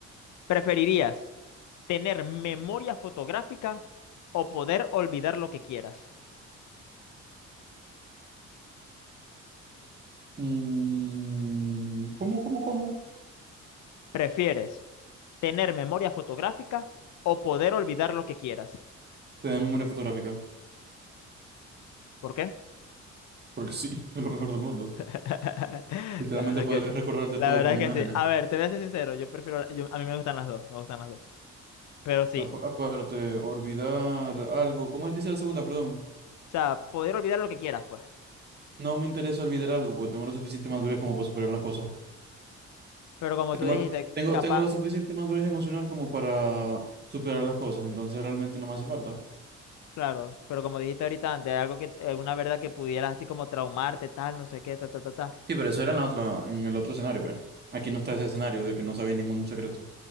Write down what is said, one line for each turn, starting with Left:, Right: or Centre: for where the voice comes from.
Left: ¿Preferirías tener memoria fotográfica o poder olvidar lo que quieras?
Right: Mm, ¿cómo, cómo, cómo?
Left: ¿Prefieres tener memoria fotográfica o poder olvidar lo que quieras?
Right: Tener memoria fotográfica.
Left: ¿Por qué?
Right: Porque sí, <laughs> es lo mejor del mundo.
Left: <laughs>
Right: Literalmente
Left: La verdad
Right: puedes
Left: es que,
Right: recordarte
Left: la
Right: todo
Left: verdad
Right: con
Left: es
Right: imágenes.
Left: que sí. A ver, te voy a ser sincero, yo prefiero, yo- a mí me gustan las dos, me gustan las dos. Pero sí,
Right: Apa- Aparte, olvidar algo. ¿Cómo él dice la segunda? Perdón.
Left: o sea, poder olvidar lo que quieras, pues.
Right: No me interesa olvidar algo porque tengo la suficiente madurez como para superar las cosas.
Left: Pero como
Right: Tengo,
Left: tú dijiste,
Right: la- tengo,
Left: capaz,
Right: tengo la suficiente madurez emocional como para superar las cosas. Entonces realmente no me hace falta.
Left: claro, pero como dijiste ahorita antes, algo que, eh, una verdad que pudieras así como traumarte, tal, no sé qué, ta, ta, ta, ta.
Right: Sí, pero eso era en la otra, en el otro escenario, pues. Aquí no está ese escenario de que no sabéis ningún secreto.